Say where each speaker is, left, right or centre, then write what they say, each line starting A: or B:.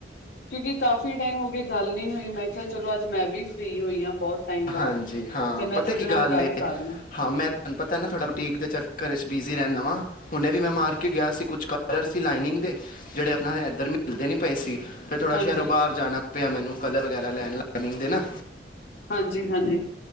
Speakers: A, on the left (about 70°); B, on the left (about 50°).
A: ਕਿਉਂਕਿ ਕਾਫੀ ਟਾਈਮ ਹੋ ਗਏ ਗੱਲ ਨਹੀਂ ਹੋਈ, ਮੈਂ ਕਿਹਾ ਚਲੋ ਅੱਜ ਮੈਂ ਵੀ ਫਰੀ ਹੋਈ ਹਾਂ, ਬਹੁਤ ਟਾਈਮ ਬਾਅਦ,
B: ਹਾਂਜੀ ਹਾਂ
A: ਤੇ ਮੈਂ
B: ਪਤਾ
A: ਥੋਡੇ
B: ਕੀ
A: ਨਾਲ ਗੱਲ
B: ਏ
A: ਕਰਨੀ ਐ।
B: ਹਾਂ, ਮੈਂ ਤੁਹਾਨੂੰ ਪਤਾ ਨਾ ਥੋੜਾ ਬਟੀਕ ਦੇ ਚੱਕਰ ਵਿਚ ਬਿਜ਼ੀ ਰਹਿੰਨਾ ਵਾਂ। ਹੁਣੇ ਵੀ ਮੈਂ ਮਾਰਕੀਟ ਗਿਆ ਸੀ, ਕੁਛ ਕਲਰ ਸੀ ਲਾਈਨਿੰਗ ਦੇ, ਜਿਹੜੇ ਆਪਣਾ ਇਧਰ ਮਿਲਦੇ ਨੀ ਪਏ ਸੀ, ਫਿਰ ਥੋੜ੍ਹਾ
A: ਹਾਂਜੀ,
B: ਸ਼ਹਿਰੋ ਬਾਹਰ ਜਾਣਾ ਪਿਆ ਮੈਨੂੰ ਕਲਰ ਵਗੈਰਾ ਲੈਣ, ਮਿਲਦੇ ਨਾ।
A: ਹਾਂਜੀ-ਹਾਂਜੀ,